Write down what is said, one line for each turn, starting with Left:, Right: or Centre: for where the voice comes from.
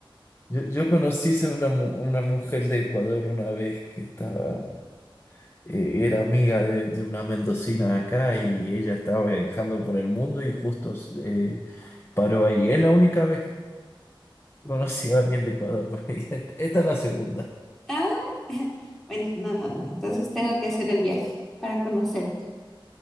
Left: Yo, yo conocí a una, mu- una mujer de Ecuador una vez que estaba, eh, era amiga de, de una mendocina acá y ella estaba viajando por el mundo y justo eh, paró ahí. Es la única vez que conocí a alguien de Ecuador. <laughs> Esta es la segunda.
Centre: Ah, Bueno, no, no, no. Entonces tengo que hacer el viaje para conocerte.